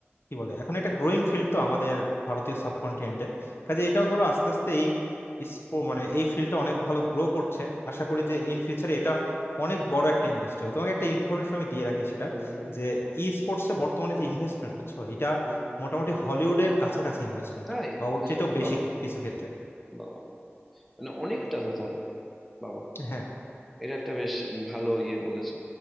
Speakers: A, on the left (about 60°); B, in the centre.
A: কি বলে এখন এটা গ্রোয়িং ফিল্ড তো আমাদের ভারতীয় সাবকন্টিনেন্টে কাজে এটাও ধরো আস্তে আস্তে এই স্পো- মানে এই ফিল্ডটা অনেক ভালো গ্রো করছে আশা করি যে ইন ফিউচারে এটা অনেক বড় একটা ইন্ডাস্ট্রি হবে তোমাকে একটা ইনফরমেশন আমি দিয়ে রাখি সেটা
B: হুম হুম
A: যে ই স্পোর্টস এ বর্তমানে যে ইনভেস্টমেন্ট বুঝছো এটা
B: হুম
A: মোটামুটি হলিউডের কাছাকাছি ইনভেস্টমেন্ট
B: তাই
A: বা ওর চাইতেও বেশি
B: বাবা
A: কিছু ক্ষেত্রে
B: বাবা মানে অনেকটা তো তাহলে বাবা
A: হ্যাঁ
B: এটা একটা বেশ ভালো ইয়ে বলেছে